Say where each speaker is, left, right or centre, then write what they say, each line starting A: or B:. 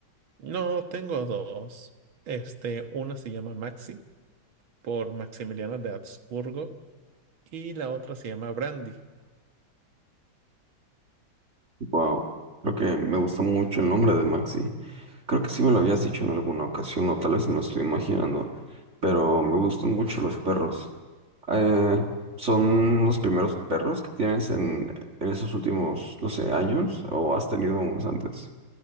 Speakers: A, on the right; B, on the right.
A: No, tengo dos. Este, una se llama Maxi por Maximiliano de Habsburgo y la otra se llama Brandy.
B: Wow, creo que me gusta mucho el nombre de Maxi. Creo que sí me lo habías dicho en alguna ocasión, o tal vez me lo estoy imaginando, pero me gustan mucho los perros. Eh, ¿son los primeros perros que tienes en, en esos últimos, no sé, años, o has tenido unos antes?